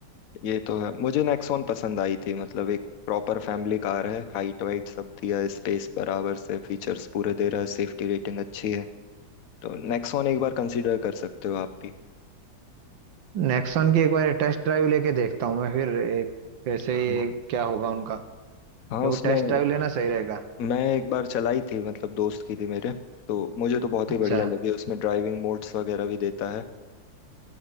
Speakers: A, on the left (about 60°); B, on the right (about 80°).
A: ये तो है मुझे नेक्सॉन पसंद आई थी मतलब एक प्रॉपर फैमिली कार है हाइट वाइट सब दिया है स्पेस बराबर से फीचर्स पूरे दे रहा है सेफ्टी रेटिंग अच्छी है तो नेक्सॉन एक बार कंसीडर कर सकते हो आप भी
B: नेक्स्ट वन की एक बार टेस्ट ड्राइव लेके देखता हूँ मैं फिर एक कैसे
A: हाँ
B: क्या होगा उनका क्योंकि
A: हाँ उसमें
B: टेस्ट ड्राइव लेना सही रहेगा
A: मैं एक बार चलाई थी मतलब दोस्त की थी मेरे तो मुझे तो बहुत
B: अच्छा
A: ही बढ़िया लगी उसमें ड्राइविंग मोड्स वगैरह भी देता है